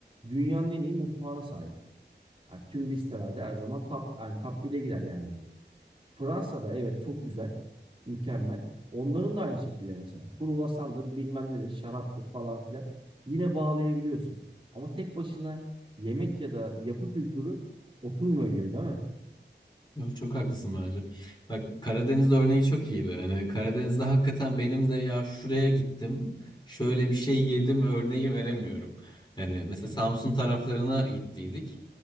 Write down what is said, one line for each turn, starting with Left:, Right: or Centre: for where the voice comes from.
Right: dünyanın en iyi mutfağına sahip. Yani tüm listelerde her zaman top, yani top 1'e girer yani bu. Fransa'da evet çok güzel. Mükemmel. Onların da aynı şekilde mesela. Kruvasandır, bilmem nedir, şaraptır falan filan. Yine bağlayabiliyorsun. Ama tek başına yemek ya da yapı kültürü oturmuyor gibi değil mi?
Left: Yo, çok haklısın bence. Bak Karadeniz örneği çok iyi be. Yani Karadeniz'de hakikaten benim de ya şuraya gittim. Şöyle bir şey yedim örneği veremiyorum. Hani mesela Samsun taraflarına gittiydik.